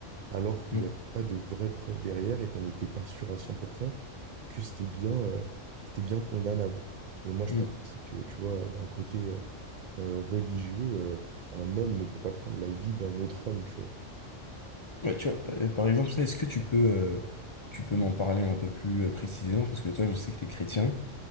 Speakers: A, on the right; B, on the left.
A: alors qu'il
B: Mhm.
A: n'y avait pas de vraies preuves derrière et qu'on n'était pas sûr à 100% que c'était bien, euh, c'était bien condamnable. Et moi, je
B: Mhm.
A: pense aussi que, tu vois, d'un côté euh, euh, religieux, euh, un homme ne peut pas prendre la vie d'un autre homme, tu vois.
B: Ouais, tu vois, par par exemple, ça, est-ce que tu peux, euh, tu peux m'en parler un peu plus euh, précisément? Parce que toi, je sais que t'es chrétien.